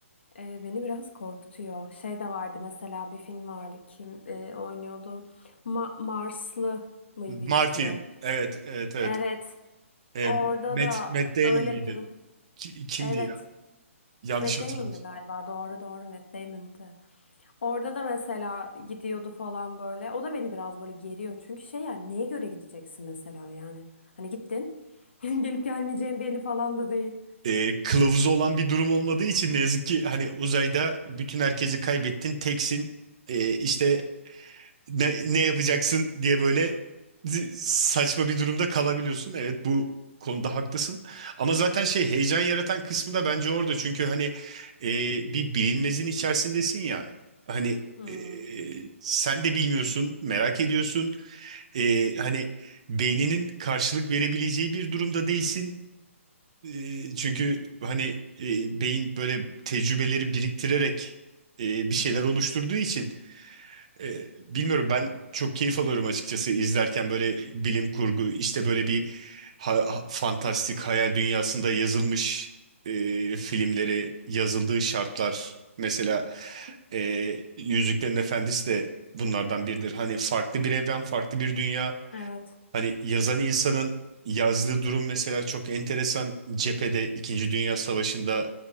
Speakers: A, on the left; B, on the right.
A: E, beni biraz korkutuyor. Şey de vardı mesela bir film vardı kim e, oynuyordu? Ma Marslı mıydı
B: Martin.
A: ismi?
B: Evet, evet, evet.
A: Evet.
B: E,
A: Orada
B: Matt,
A: da
B: Matt Damon
A: öyle
B: mıydı?
A: bir durum.
B: Ki- kimdi
A: Evet.
B: ya? Yanlış
A: Matt
B: hatırlamış.
A: Damon'dı galiba. Doğru doğru Matt Damon'dı. Orada da mesela gidiyordu falan böyle. O da beni biraz böyle geriyor. Çünkü şey yani neye göre gideceksin mesela yani. Hani gittin. <laughs> Gelip gelmeyeceğin belli falan da değil.
B: e, kılavuzu olan bir durum olmadığı için ne yazık ki hani uzayda bütün herkesi kaybettin teksin E, işte ne, ne yapacaksın diye böyle z- saçma bir durumda kalabiliyorsun. Evet bu konuda haklısın ama zaten şey heyecan yaratan kısmı da bence orada çünkü hani e, bir bilinmezin içerisindesin ya hani
A: Hmm,
B: e, sen de bilmiyorsun merak ediyorsun E, hani beyninin karşılık verebileceği bir durumda değilsin e, çünkü hani e, beyin böyle tecrübeleri biriktirerek e, bir şeyler oluşturduğu için e, bilmiyorum ben çok keyif alıyorum açıkçası izlerken böyle bilim kurgu işte böyle bir ha- ha- fantastik hayal dünyasında yazılmış e, filmleri yazıldığı şartlar mesela e, Yüzüklerin Efendisi de bunlardan biridir. Hani farklı bir evren, farklı bir dünya.
A: Evet.
B: Hani yazan insanın yazdığı durum mesela çok enteresan. Cephede İkinci Dünya Savaşı'nda